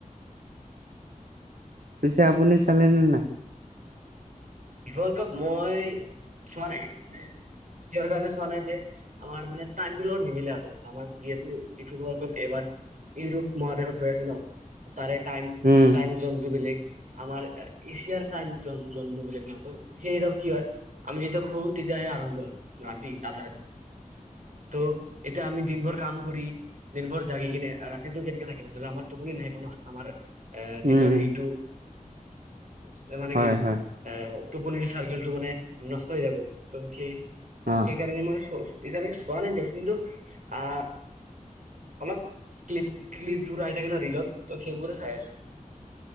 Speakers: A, on the right; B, on the right.
A: পিছে আপুনি চালে নে নাই?
B: ফিফা ৱৰ্ল্ড কাপ মই চোৱা নাই মানে কিহৰ কাৰণে চোৱা নাই যে আমাৰ মানে টাইমটোৰ লগত নিমিলে আচলতে আমাৰ যিহেতু ই ফিফা ৱৰ্ল্ড কাপ এবাৰ ইউৰোপ মহাদেশত হৈ আছে ন, ত তাৰে টাইম
A: উম।
B: জনটো বেলেগ, আমাৰ আ এছিয়াৰ টাইম জন জনটো বেলেগ ন, ত সেইডাল কি হয় আমি যেতিয়া শু তেতিয়া আহি আৰম্ভ হয়, ৰাতি আধা ৰাতি। তো এতিয়া আমি দিনভৰ কাম কৰি দিন ভৰ জাগিকিনে আ ৰাতিটো কেনেকে থাকিম ধৰিলে আমাৰ টোপনি নাহিব ন আমাৰ এ দিনৰ
A: উম উম
B: সেইটো মানে
A: হয়
B: কি
A: হয়
B: এ টোপনিৰ চাৰ্কেলটো মানে নষ্ট হৈ যাব, ত সেই
A: অ
B: সেইকাৰণে মানে চ এতিয়ালৈকে চোৱা নাই দেখি কিন্তু আ অলপ ক্লিপ ক্লিপবোৰ আহি থাকে ন ৰিলত ত সেইবোৰে চাই আছো।